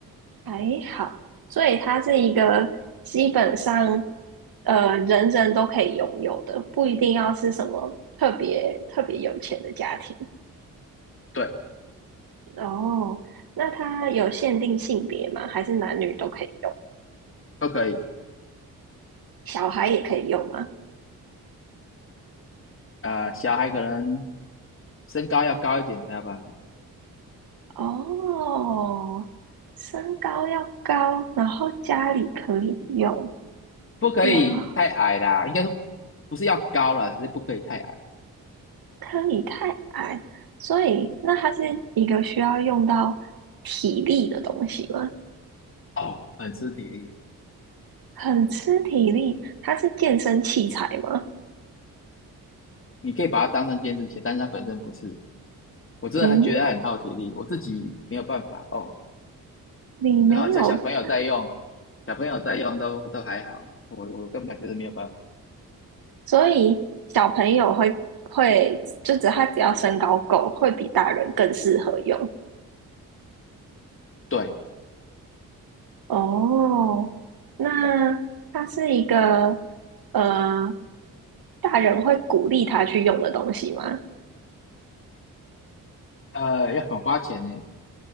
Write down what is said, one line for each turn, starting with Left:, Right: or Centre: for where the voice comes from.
Right: 还好，所以它是一个基本上呃人人都可以拥有的，不一定要是什么特别特别有钱的家庭。
Left: 对，
Right: 哦，那它有限定性别吗？还是男女都可以用？
Left: 都可以。
Right: 小孩也可以用吗？
Left: 啊、小孩可能身高要高一点才有办法，
Right: 哦，身高要高，然后家里可以用，
Left: 不可以太矮啦，
Right: 然后
Left: 应该说不是要高啦，只是不可以太矮。
Right: 可以太矮，所以那它是一个需要用到体力的东西吗？
Left: 哦，很吃体力，
Right: 很吃体力，它是健身器材吗？
Left: 你可以把它当成健身鞋，但是它本身不是。我真的还觉得它很耗体力，
Right: 嗯，
Left: 我自己没有办法哦。
Right: 你没有，
Left: 然好家小朋友在用，小朋友在用都都还好，我我根本就是没有办法。
Right: 所以小朋友会会，就只他只要身高够，会比大人更适合用。
Left: 对，
Right: 哦，那它是一个呃大人会鼓励他去用的东西吗？
Left: 呃，要很花钱呢，